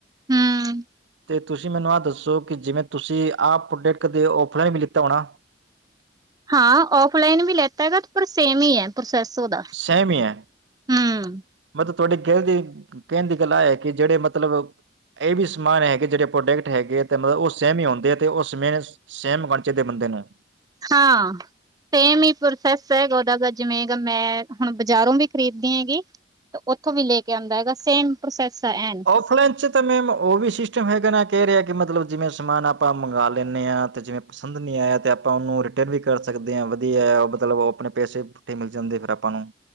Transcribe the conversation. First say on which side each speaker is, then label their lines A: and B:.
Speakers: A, on the right; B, on the right.
A: ਹੂੰ।
B: ਤੇ ਤੁਸੀਂ ਮੈਨੂੰ ਆਹ ਦੱਸੋ ਕਿ ਜਿਵੇਂ ਤੁਸੀਂ ਆਹ ਪ੍ਰਡਕਟ ਕਦੇ ਔਫਲਾਈਨ ਵੀ ਲੀਤਾ ਹੋਣਾ?
A: ਹਾਂ ਔਫਲਾਈਨ ਵੀ ਲੈਤਾ ਹੈਗਾ ਪਰ ਸੇਮ ਹੀ ਐ ਪ੍ਰੋਸੈਸ ਉਹਦਾ
B: ਸੈਮ ਹੀ ਐ,
A: ਹੂੰ
B: ਮਤਲਬ ਤੁਹਾਡੇ ਕਹਿਣ ਦੀ ਕਹਿਣ ਦੀ ਗੱਲਾਂ ਐ ਕਿ ਜੇਹੜੇ ਮਤਲਬ ਇਹ ਵੀ ਸਮਾਨ ਹੈਗੇ ਜਿਹੜੇ ਪ੍ਰੋਡਕਟ ਹੈਗੇ ਐ ਮਤਲਬ ਉਹ ਸੇਮ ਹੀ ਹੁੰਦੇ ਐ ਤੇ ਉਸ ਮੇਂ ਸੇਮ ਵਜ ਦੇ ਬੰਦੇ ਨੂੰ
A: ਹਾਂ ਸੇਮ ਹੀ ਪ੍ਰੋਸੈਸ ਹੈਗਾ ਉਹਦਾ ਦਾ ਜਿਵੇਂ ਮੈਂ ਹੁਣ ਬਜ਼ਾਰੋਂ ਵੀ ਖਰੀਦਦੀ ਹੈਗੀ ਉੱਥੋਂ ਵੀ ਲੇ ਕੇ ਆਉਂਦਾ ਹੈਗਾ ਸੇਮ ਪ੍ਰੋਸੈਸ ਐਂ
B: ਔਫਲਾਈਨ 'ਚ ਤਾਂ ਮੈਮ ਉਹ ਵੀ ਸਿਸਟਮ ਹੈਗਾ ਨਾ ਕਹਿ ਰਿਹਾ ਕਿ ਮਤਲਬ ਜਿਵੇਂ ਸਮਾਨ ਆਪਾਂ ਮੰਗਾ ਲੈਣੇ ਆ ਤੇ ਜਿਵੇਂ ਪਸੰਦ ਨਹੀਂ ਆਇਆ ਤੇ ਆਪਾਂ ਉਹਨੂੰ ਰਿਟਰਨ ਵੀ ਕਰ ਸਕਦੇ ਆਂ ਵਧੀਆ ਆ ਮਤਲਬ ਉਹ ਆਪਣੇ ਪੈਸੇ ਤੇ ਮਿਲ ਜਾਂਦੇ ਫਿਰ ਆਪਾਂ ਨੂੰ